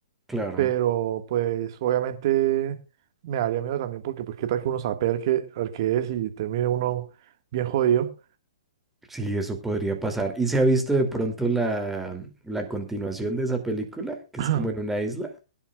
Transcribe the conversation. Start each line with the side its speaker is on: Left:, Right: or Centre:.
Centre: Claro,
Right: Pero pues obviamente me daría miedo también porque pues qué tal que uno sabe al qué, al qué es y termine uno bien jodido.
Centre: sí, eso podría pasar. ¿Y se ha visto de pronto la, la continuación de esa película, que
Right: <clears throat>
Centre: es como en una isla?